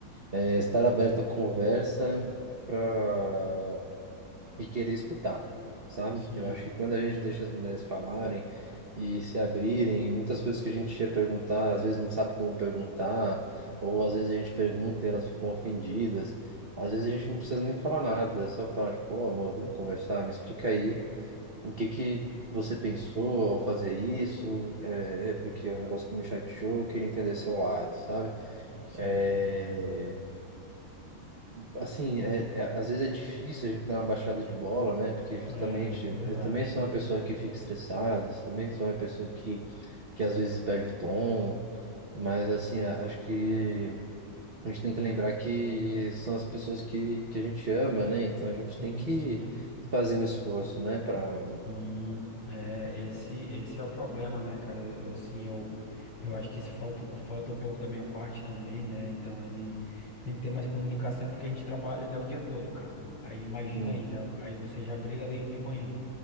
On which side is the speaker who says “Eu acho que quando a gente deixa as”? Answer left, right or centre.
Right